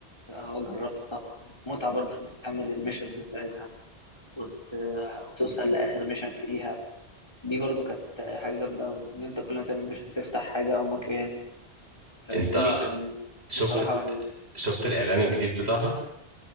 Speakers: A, on the left (about 25°); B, on the right (about 80°).
A: اه جربت طبعا متعه برضو ان انت تعمل الميشنز بتاعتها وت... وتوصل لاخر ميشن فيها دي برضو كانت حاجه جامده قوي ان انت كل ما تعمل ميشن تفتح حاجه او مكان فبالتالي
B: انت
A: كان
B: شفت
A: بصراحه رهيب
B: شفت الاعلان الجديد بتاعها